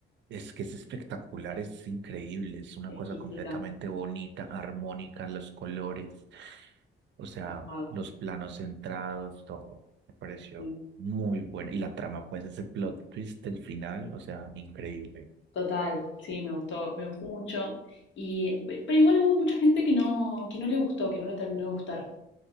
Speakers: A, on the right; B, on the left.
A: Es que es espectacular, es increíble, es una cosa
B: Exquisita.
A: completamente bonita, armónica, los colores, o sea,
B: Zafado.
A: los planos centrados, todo. Me pareció
B: sí.
A: muy buena. Y la trama, pues ese plot twist del final, o sea, increíble.
B: Total, sí, me gustó, me gustó mucho. Y, pe- pero igual hubo mucha gente que no, que no le gustó, que no le terminó de gustar.